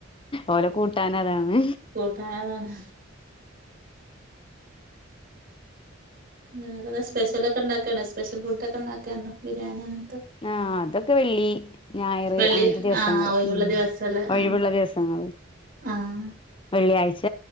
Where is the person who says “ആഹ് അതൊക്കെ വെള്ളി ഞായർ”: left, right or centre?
Left